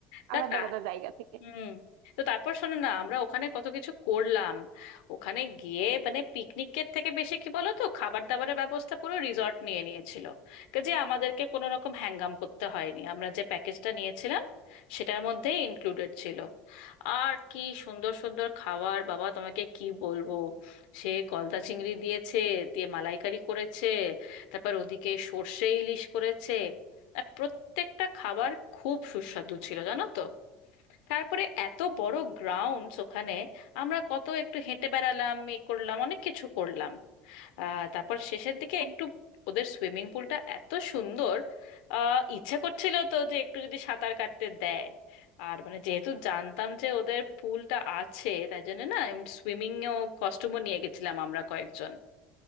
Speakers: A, on the left; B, on the right.
A: তা
B: আলাদা
A: তা
B: আলাদা জায়গা থেকে
A: হুম তো তারপর শোনো না আমরা ওখানে কত কিছু করলাম ওখানে গিয়ে মানে পিকনিকের থেকে বেশি কি বলো তো খাবার দাবারের ব্যবস্থা পুরো রিসর্ট নিয়ে নিয়েছিল কাজে আমাদেরকে কোনো রকম হ্যাঙ্গাম করতে হয়নি আমরা যে প্যাকেজটা নিয়েছিলাম সেটার মধ্যেই ইনক্লুডেড ছিল আর কি সুন্দর সুন্দর খাবার বাবা তোমাকে কি বলবো সে গলদা চিংড়ি দিয়েছে দিয়ে মালাইকারি করেছে তারপর ওদিকে সর্ষে ইলিশ করেছে আর প্রত্যেকটা খাবার খুব সুস্বাদু ছিল জানো তো তারপরে এত বড় গ্রাউন্ডস ওখানে আমরা কত একটু হেঁটে বেড়ালাম এ করলাম অনেক কিছু করলাম আহ, তারপর শেষের দিকে
B: উম,
A: একটু ওদের সুইমিং পুলটা এত সুন্দর আহ, ইচ্ছে করছিল তো যে একটু যদি সাঁতার কাটতে দেয় আর মানে যেহেতু জানতাম যে ওদের পুলটা আছে তাই জন্য না সুইমিং এও কস্টিউমও নিয়ে গেছিলাম আমরা কয়েকজন